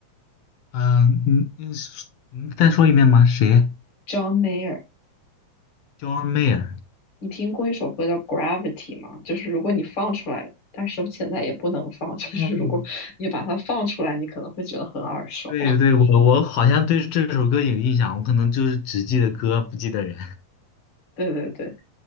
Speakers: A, on the left (about 65°); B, on the left (about 50°).
A: 嗯嗯嗯是嗯再说一遍吗？谁
B: John Mayer，
A: ，John Mayer，
B: 你听过一首歌叫《Gravity》吗？就是如果你放出来，但是我现在也不能放，<laughs> 就是如果你把它放出来，
A: 嗯，
B: 你可能会觉得很耳熟。
A: 对对，我我好像对这首歌有印象，我可能就是只记得歌，不记得人。
B: 对对对，